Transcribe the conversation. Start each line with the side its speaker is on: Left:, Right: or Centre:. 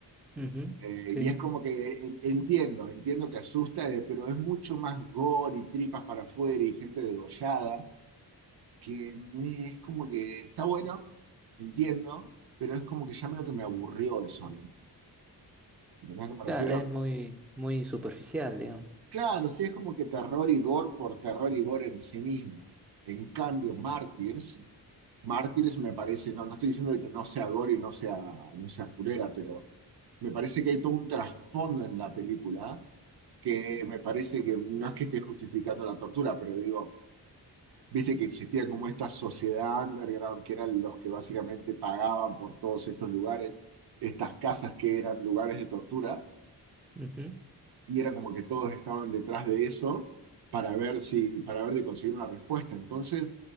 Centre: ujú,
Right: Eh,
Centre: sí,
Right: y es como que en- entiendo, entiendo que asusta, eh, pero es mucho más gore y tripas para afuera y gente degollada que me- es como que está bueno, entiendo, pero es como que ya medio que me aburrió de Sonic. ¿Entendés a qué me refiero?
Centre: claro, es muy, muy superficial, digamos.
Right: Claro, sí, es como que terror y gore por terror y gore en sí mismo. En cambio, Martyrs, Martyrs me parece, no, no estoy diciendo que no sea gore y no sea, no sea furera, pero me parece que hay todo un trasfondo en la película que me parece que no es que esté justificando la tortura, pero digo viste que existía como esta sociedad underground, que eran los que básicamente pagaban por todos estos lugares, estas casas que eran lugares de tortura,
Centre: Ujú,
Right: y era como que todos estaban detrás de eso para ver si, para ver de conseguir una respuesta. Entonces,